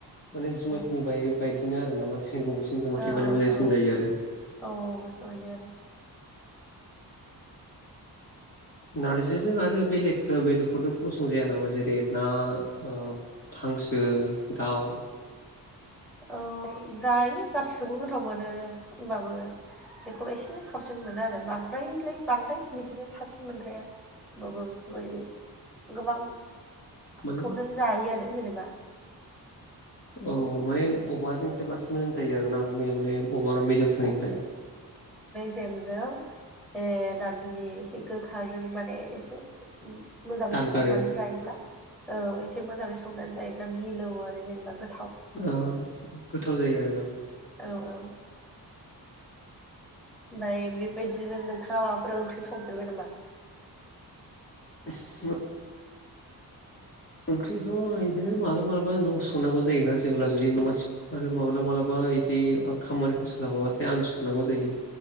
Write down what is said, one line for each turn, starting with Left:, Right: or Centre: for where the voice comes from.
Left: माने जुमायफोरनि
Centre: औ
Left: बाय बायदिनो आरो <unintelligible> दंबाथाय
Centre: औ
Left: माने मोजांसिन
Centre: औ
Left: जायो आरो।
Centre: औ बेफोरबायदि आरो <unintelligible>
Left: नार्जिजों आरो बेलेग बेदरफोर गसं जाया नामा जेरै ना ओ हांसो दाउ
Centre: औ जायो गासिखौबो गोथाव मोनो होनबाबो बेखौ एसे साबसिन मोनो आरो बांद्रायलाय बांद्राय। बिदिनो साबसिन मोनद्राया होमबाबो बेफोरबायदि गोबां
Left: माने
Centre: खौनो जायो आरो जेनेबा
Left: औ माने अमाजोंसो बांसिन मोजां जायो आरो ना मैया माने अमानाव मेजेम थानायखाय
Centre: जेमजों ए नारजिनि एसे गोखाजों माने एसे मोजाङै
Left: दानगारो
Centre: संनानै जायोब्ला औ एसे मोजाङै संनानै जायोब्ला मिलौ आरो जेनेबा गो
Left: ओ गोथाव जायो आरोना।
Centre: औ औ। ओमफ्राय बेबायदिनो नोंथाङा माबाफोर ओंख्रि संफेरबाय नामा।
Left: <unintelligible> ओंख्रिखौ बिदिनो मालाबा मालाबा न'आव संनांगौ जायोना जेब्ला जुदि न' मा आरो मालाबा मालाबा इदि खामानिफोर सोलाबाबाथाय आंनो संनांगौ जायो।